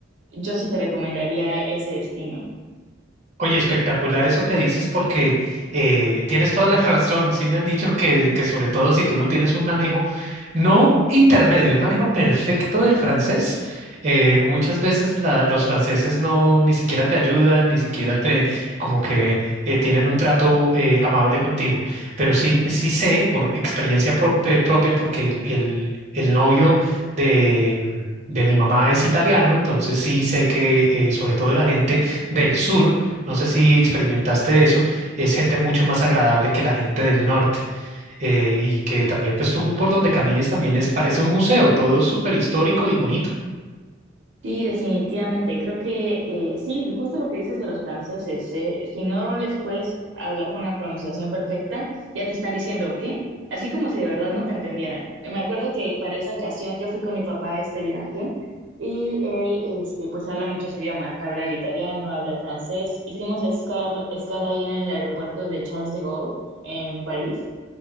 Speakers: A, on the right (about 75°); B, on the right (about 35°).
A: yo sí te recomendaría ese destino.
B: Oye, espectacular eso que dices porque eh, tienes toda la <laughs> razón. Sí me han dicho que, que sobre todo si tú no tienes un manejo, no intermedio, un manejo perfecto del francés, eh, muchas veces la- los franceses no ni siquiera te ayudan, ni siquiera te como que eh, tienen un trato eh, amable contigo. Pero sí, sí sé por experiencia prop- eh, propia porque el, el, el novio de... mm, de mi mamá es italiano, entonces sí sé que eh, sobre todo la gente del sur, no sé si experimentaste eso, es gente mucho más agradable que la gente del norte eh, y que también pues tú por donde camines también es parece un museo, todo es súper histórico y bonito.
A: Sí, definitivamente. Creo que eh, sí, justo lo que dices de los franceses, eh, si no les puedes hablar con una pronunciación perfecta, ya te están diciendo ¿qué? Así como si de verdad no te entendieran. Eh, Me acuerdo que para esa ocasión yo fui con mi papá a este viaje y él, este, pues habla muchos idiomas, habla el italiano, habla el francés. Hicimos escal- escala ahí en el aeropuerto de Charles de Gaulle en París